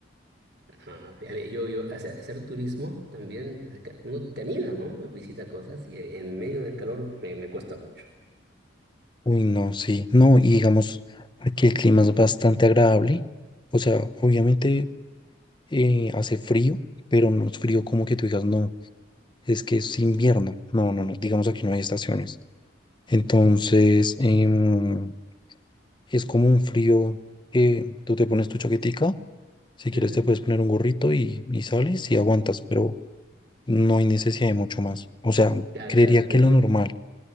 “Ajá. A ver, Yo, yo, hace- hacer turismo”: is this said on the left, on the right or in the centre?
Right